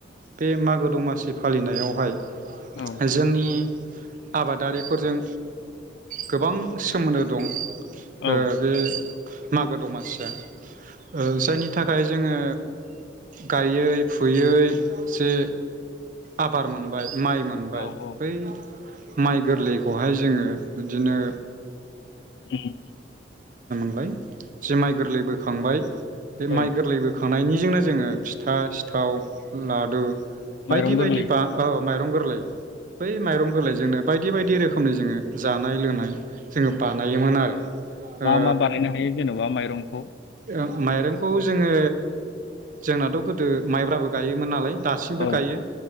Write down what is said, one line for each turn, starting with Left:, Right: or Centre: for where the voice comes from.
Right: बे मागो दमासि फालिनायावहाय
Left: औ
Right: जोंनि आबादारिफोरजों गोबां सोमोनदो दं
Left: औ
Right: ओ बे मागो दमासिया ओ जायनि थाखाय जोङो गायै फुयै जे आबार मोनबाय माइ मोनबाय
Left: औ औ
Right: बै माइ गोरलैखौहाय जोङो बिदिनो
Left: उ उ
Right: लाय जुमाइ गोरलै बोखांबाय बे
Left: औ
Right: माइ गोरलैबो खांनायनिजोंनो जोङो फिथा सिथाव लादु
Left: माइरं
Right: बायदि
Left: गोरलै
Right: बायदि बा औ माइरं गोरलै बै माइरंगोरलै जोंनो बायदि बायदि रोखोमनि जोङो जानाय लोंनाय जोङो बानायोमोन आरो
Left: मा
Right: ओ
Left: मा बानायनो हायो जेन'बा माइरं खौ
Right: ओ माइरंखौ जोङो जोंनाथ' गोदो माइब्राबो गायोमोन नालाय दासिमबो
Left: औ
Right: गायो
Left: औ